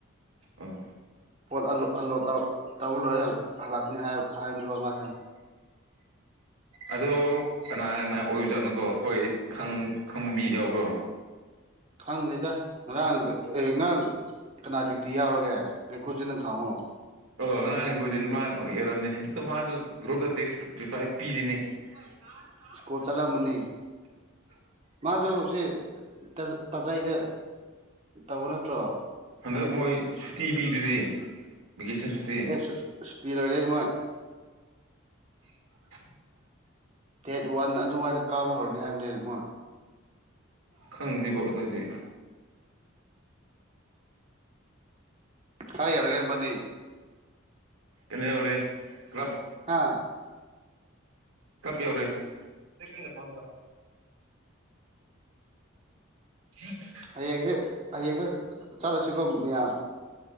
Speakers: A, on the right (about 80°); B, on the right (about 30°).
A: ꯑꯣ
B: ꯄꯣꯠꯂ ꯇ ꯂꯣꯏꯔ ꯍꯜꯂꯛꯀꯅꯤ ꯍꯥꯏꯕꯅꯦꯕ ꯃꯥꯁꯦ
A: ꯑꯗꯣ ꯀꯅꯥ ꯑꯅꯥ ꯑꯣꯏꯔꯨꯖꯥꯠꯅꯨꯀꯣ ꯑꯩꯈꯣꯏ ꯈꯪꯕ ꯃꯤ ꯌꯥꯎꯕ꯭ꯔꯣ
B: ꯈꯪꯗꯦꯗ ꯉꯔꯥꯡ ꯑꯦ ꯉꯔꯥꯡ ꯀꯅꯥ ꯗꯌꯇꯤ ꯌꯥꯎꯔꯒꯦ ꯑꯩꯀꯖꯤꯅ ꯈꯥꯎ
A: ꯑꯣ ꯉꯔꯥꯡꯒꯤꯀꯣꯖꯤ ꯃꯥꯅ ꯏꯔꯝꯅꯤ ꯑꯗꯣ ꯃꯥꯁꯨ ꯒ꯭ꯔꯨꯞꯇ ꯇꯦꯛꯁ ꯨꯄꯥꯏ ꯄꯤꯔꯤꯅꯦ ꯋꯥꯔꯤ
B: ꯁ꯭ꯀꯨꯜ ꯆꯠꯂꯝꯃꯅꯤ ꯃꯥꯁꯨ ꯁꯤ ꯇꯖꯩꯗ ꯇꯧꯕ ꯅꯠꯇ꯭ꯔꯣ
A: ꯍꯟꯗꯛ ꯃꯣꯏ ꯁꯨꯇꯤ ꯄꯤꯗꯨꯗꯤ ꯚꯦꯀꯦꯁꯟ ꯁꯨꯇꯤ
B: ꯑꯦ ꯏꯁꯇꯤꯜ ꯑꯣꯏꯔ ꯃꯣꯏ
A: <inaudible>
B: ꯗꯦꯠ ꯋꯥꯟ ꯑꯗꯨꯋꯥꯏꯗ ꯀꯥꯕ ꯍꯧꯔꯅꯤ ꯍꯥꯏꯕꯅꯤ ꯃꯣꯏ
A: ꯈꯪꯗꯦꯕꯣ ꯑꯗꯨꯗꯤ
B: ꯍꯥꯏ ꯌꯥꯔꯒꯔꯃꯅꯤ
A: ꯀꯩꯅ ꯑꯣꯏꯔꯦ ꯀ꯭ꯂꯕ
B: ꯍꯥ
A: ꯀꯄꯤ ꯑꯣꯏꯔꯦꯅ ꯄ ꯊꯦꯡꯌꯨ
B: ꯍꯌꯦꯡꯁꯦ ꯍꯌꯦꯡꯁꯦ ꯆꯠꯂꯁꯤꯀꯣ ꯃꯌꯥꯝ